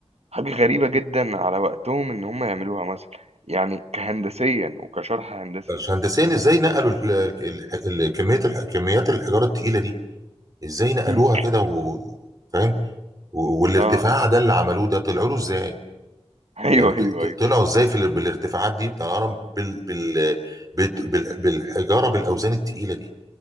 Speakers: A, on the right (about 80°); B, on the right (about 35°).
A: حاجة غريبة جدا على وقتهم ان هم يعملوها مثلا يعني كهندسيا وكشرح هندسي
B: هندسيا ازاي نقلوا ال- ال- ال- كميه الح- كميات الحجاره التقيله دي ازاي نقلوها
A: مم.
B: كده و... فاهم و- والارتفاع
A: اه
B: ده اللي عملوه ده طلعوا له ازاي
A: <laughs> ايوه
B: يعني ط-
A: ايوه
B: ط-
A: ايوه
B: طلعوا ازاي في ال- بالارتفاعات دي بتاع الهرم بال... بال... بت- بال... بالحجاره بالاوزان التقيله دي